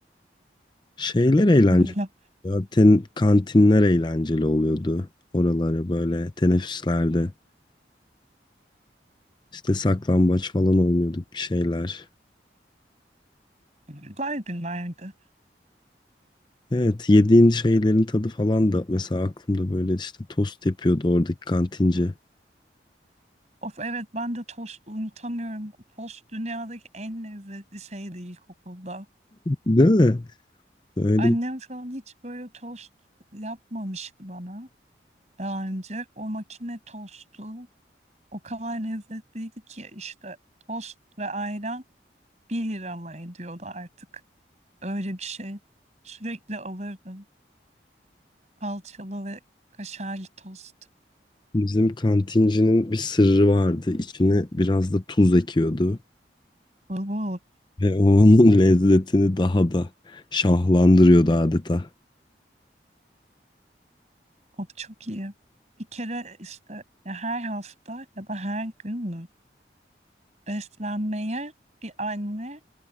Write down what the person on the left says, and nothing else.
şeyler eğlenceli.
Zaten kantinler eğlenceli oluyordu. Oraları böyle teneffüslerde işte saklambaç falan oynuyorduk bir şeyler.
Evet yediğin şeylerin tadı falan da mesela aklımda böyle işte tost yapıyordu oradaki kantinci.
Değil mi? Öyle
Bizim kantincinin bir sırrı vardı. İçine biraz da tuz ekiyordu.
Ve o onun <laughs> lezzetini daha da şahlandırıyordu adeta.